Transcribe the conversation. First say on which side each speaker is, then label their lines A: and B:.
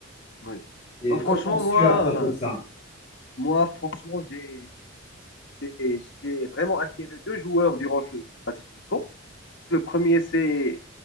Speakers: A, on the left; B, on the left.
A: oui.
B: Et
A: Bah, franchement,
B: que penses-tu
A: moi,
B: à propos de ça?
A: euh, moi, franchement, j'ai j'ai- j'ai vraiment admiré deux joueurs durant ce classico. Le premier, c'est